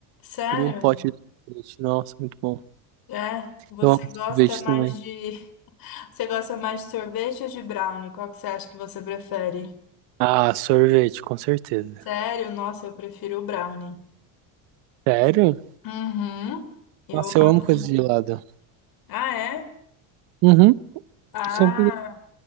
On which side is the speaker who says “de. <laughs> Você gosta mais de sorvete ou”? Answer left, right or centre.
Left